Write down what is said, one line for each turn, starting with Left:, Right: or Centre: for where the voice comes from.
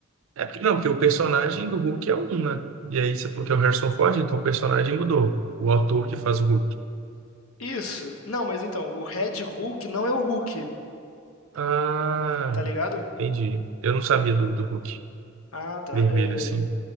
Right: É porque, não, porque o personagem do Hulk é um, né? E aí você falou que é o Harrison Ford, então o personagem mudou. O ator que faz o Hulk.
Left: Isso. Não, mas então, o Red Hulk não é o Hulk,
Right: Ah,
Left: tá ligado?
Right: entendi. Eu não sabia do, do Hulk
Left: Ah, tá.
Right: vermelho,
Left: É,
Right: assim.